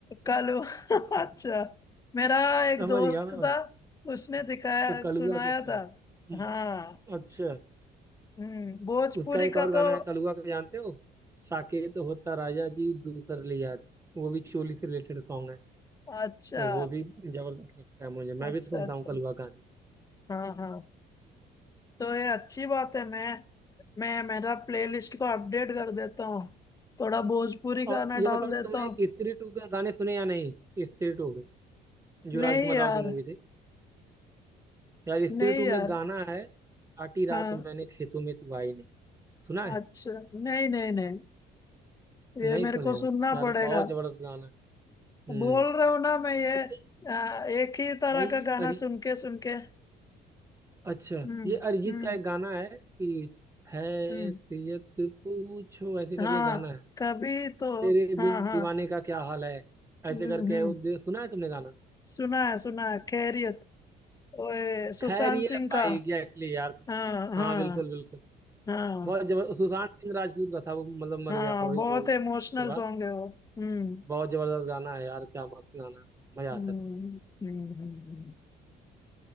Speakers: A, on the left; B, on the right.
A: कालू <laughs> अच्छा मेरा एक
B: समझ
A: दोस्त
B: गया मैं भाई
A: था उसने दिखाया
B: तो कलुआ
A: सुनाया
B: के फैन
A: था
B: हम्म
A: हाँ
B: अच्छा
A: हम्म भोजपुरी
B: उसका एक और
A: का
B: गाना
A: तो
B: है कलुआ का जानते हो साकेत होता राजा जी दूसर लिया रे, वो भी चोली से रिलेटेड सॉन्ग है
A: अच्छा
B: तो वो भी जबरदस्त लगता है मुझे मैं
A: अच्छा
B: भी सुनता
A: अच्छा
B: हूँ कलवा गाने
A: हाँ हाँ तो ये अच्छी बात है मैं मैं मेरा प्लेलिस्ट को अपडेट कर देता हूँ थोड़ा भोजपुरी गाना
B: और ये बताओ
A: डाल देता
B: तुमने
A: हूँ
B: स्त्री टू के गाने सुने या नहीं स्त्री टू के जो
A: नहीं
B: राजकुमार
A: यार
B: राव की मूवी थी यार स्त्री
A: नहीं
B: टू में
A: यार
B: गाना है काटी रात
A: हाँ
B: मैंने खेतों में तू आई नहीं सुना है
A: अच्छा नहीं नहीं नहीं ये
B: नहीं
A: मेरे
B: सुने
A: को
B: हो
A: सुनना
B: यार
A: पड़ेगा
B: बहुत जबरदस्त गाना है। हम्म
A: बोल रहा हूँ ना मैं ये
B: अच्छा ये-
A: आ, एक ही तरह
B: भाई ये
A: का गाना
B: अरि
A: सुन के सुन के
B: अच्छा
A: हम्म
B: ये अरिजीत
A: हम्म
B: का एक गाना है कि हैसियत
A: हम्म
B: पूछो ऐसे करके
A: हाँ
B: गाना है
A: कभी तो
B: तेरे
A: हाँ
B: बिन
A: हाँ
B: दीवाने का क्या हाल है ऐसे
A: हम्म
B: करके
A: हम्म
B: वो दे- सुना है तुमने गाना
A: सुना है सुना है खैरियत ओए सुशांत
B: खैरियत
A: सिंह
B: भाई
A: का
B: एग्जैक्टली यार तुम
A: हाँ हाँ
B: हाँ बिल्कुल बिल्कुल
A: हाँ
B: बहुत जबरदस्त सुशांत सिंह राजपूत का था वो मतलब मर
A: हाँ
B: गया वही
A: बहुत
B: मूवी के
A: इमोशनल
B: बाद
A: सॉन्ग है वो हम्म
B: बहुत जबरदस्त गाना है यार क्या मस्त गाना है मजा
A: हम्म
B: आता है सुनने
A: हम्म हम्म, हम्म।